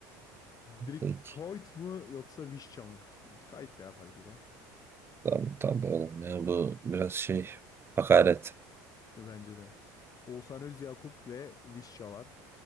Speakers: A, on the left (about 40°); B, on the right (about 25°).
A: Direkt
B: Peki.
A: Koyt mu yoksa Vişça mı? Kayıt ya tabii ki de.
B: Tabii tabii oğlum ya bu biraz şey hakaret.
A: De bence de. Oğuzhan Özyakup ve Vişça var.